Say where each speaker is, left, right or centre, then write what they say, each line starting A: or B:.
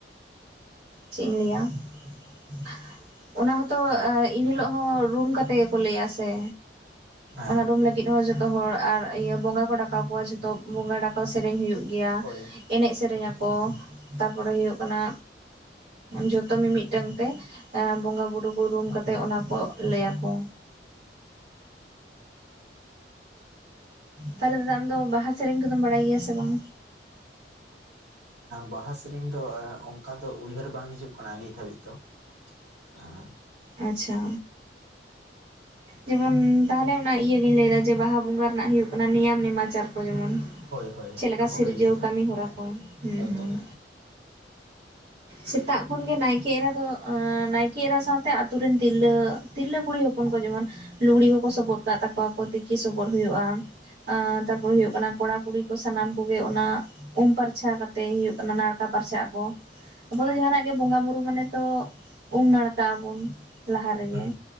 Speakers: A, on the right (about 65°); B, on the right (about 85°).
A: ᱪᱮᱫ ᱞᱟᱹᱭᱟ <unintelligible> ᱚᱱᱟ ᱦᱚᱛᱚ
B: ᱟᱨ
A: ᱤᱱ ᱦᱤᱞᱚᱜ ᱦᱚᱸ ᱨᱩᱢ ᱠᱟᱛᱮ ᱜᱮᱠᱚ ᱞᱟᱹᱭᱟ ᱥᱮ
B: ᱦᱮᱸ
A: ᱚᱱᱟ ᱨᱩᱢ ᱞᱟᱹᱜᱤᱫ ᱡᱚᱛᱚ ᱦᱚᱲ ᱟᱨ ᱤᱭᱟᱹ ᱵᱚᱸᱜᱟ ᱠᱚ ᱰᱟᱠᱟᱣ ᱠᱚᱣᱟ ᱡᱷᱚᱛᱚ ᱵᱚᱸᱜᱟ ᱰᱟᱠᱟᱣ ᱥᱮᱨᱮᱧ ᱦᱩᱭᱩᱜ ᱜᱮᱭᱟ
B: ᱦᱳᱭ
A: ᱮᱱᱮᱡ ᱥᱮᱨᱮᱧ ᱟᱠᱚ ᱛᱟᱨᱯᱚᱨᱮ ᱦᱚᱭᱚᱜ ᱠᱟᱱᱟ ᱡᱚᱛᱚ ᱢᱤ-ᱢᱤᱫᱴᱟᱝ ᱛᱮ ᱵᱚᱸᱜᱟ ᱵᱩᱨᱩ ᱠᱩ ᱨᱩᱢ ᱠᱟᱛᱮ ᱚᱱᱟ ᱠᱚ ᱞᱟᱹᱭᱟ ᱠᱚ ᱛᱟᱦᱚᱞᱮ ᱫᱟᱫᱟ ᱟᱢ ᱫᱚ ᱵᱟᱦᱟ ᱥᱮᱨᱮᱧ ᱠᱚᱫᱚᱢ ᱵᱟᱲᱟᱭ ᱜᱮᱭᱟ ᱥᱮ ᱵᱟᱝ
B: ᱵᱟᱦᱟ ᱥᱮᱨᱮᱧ ᱫᱚ ᱚᱱᱠᱟ ᱫᱚ ᱩᱭᱦᱟᱹᱨ ᱵᱟᱝ ᱦᱤᱡᱩᱜ ᱠᱟᱱᱟ ᱱᱤᱛ ᱦᱟᱹᱵᱤᱡ ᱫᱚ <unintelligible>
A: ᱟᱪᱪᱷᱟ ᱡᱮᱢᱚᱱ ᱛᱟᱦᱚᱞᱮ ᱚᱱᱟ ᱤᱭᱟᱹᱜᱤᱧ ᱞᱟᱹᱭ ᱫᱟ ᱡᱮ ᱵᱟᱦᱟ ᱵᱚᱸᱜᱟ ᱨᱮᱱᱟᱜ ᱦᱩᱭᱩᱜ ᱠᱟᱱᱟ ᱱᱮᱭᱟᱢ ᱱᱮᱢᱟᱪᱟᱨ ᱠᱚ ᱡᱮᱢᱚᱱ
B: ᱦᱳᱭ ᱦᱳᱭ
A: ᱪᱮᱜ ᱞᱮᱠᱟ
B: ᱚᱱᱟ ᱠᱚᱜᱮ
A: ᱥᱤᱨᱡᱟᱹᱣ
B: ᱞᱟᱹᱭ
A: ᱠᱟᱹᱢᱤ ᱦᱚᱨᱟ
B: ᱦᱮᱸ
A: ᱠᱚ ᱦᱩᱸ
B: ᱮᱠᱫᱚᱢ
A: ᱦᱩᱸ ᱥᱮᱛᱟᱜ ᱠᱷᱚᱱ ᱜᱮ ᱱᱟᱭᱠᱮ ᱮᱨᱟ ᱫᱚ ᱱᱟᱭᱠᱮ ᱮᱨᱟ ᱥᱟᱶ ᱛᱮ ᱟᱛᱩ ᱨᱮᱱ ᱛᱤᱨᱞᱟᱹ ᱛᱤᱨᱞᱟᱹ ᱠᱩᱲᱤ ᱦᱚᱯᱚᱱ ᱠᱚ ᱡᱮᱢᱚᱱ ᱞᱩᱜᱽᱲᱤ ᱠᱚᱠᱚ ᱥᱚᱵᱚᱫ ᱠᱟᱜ ᱛᱟᱠᱚᱣᱟᱠᱚ ᱛᱤᱠᱤ ᱥᱚᱵᱚᱫ ᱦᱩᱭᱩᱜᱼᱟ ᱛᱟᱨᱯᱚᱨ ᱦᱩᱭᱩᱜ ᱠᱟᱱᱟ ᱠᱚᱲᱟ ᱠᱩᱲᱤ ᱠᱚ ᱥᱟᱱᱟᱢ ᱠᱚᱜᱮ ᱚᱱᱟ ᱩᱢ ᱯᱟᱨᱪᱷᱟ ᱠᱟᱛᱮᱭ ᱦᱩᱭᱩᱜ ᱠᱟᱱᱟ ᱱᱟᱲᱠᱟ ᱯᱟᱨᱪᱷᱟᱜ ᱟᱠᱚ ᱟᱵᱚ
B: ᱦᱮᱸ
A: ᱫᱚ ᱡᱟᱦᱟᱸᱱᱟᱜ ᱜᱮ ᱵᱚᱸᱜᱟ ᱵᱩᱨᱩ ᱢᱟᱱᱮ ᱛᱚ ᱩᱢ ᱱᱟᱲᱠᱟᱜ ᱟᱵᱚᱱ ᱞᱟᱦᱟ ᱨᱮᱜᱮ
B: ᱦᱩᱸ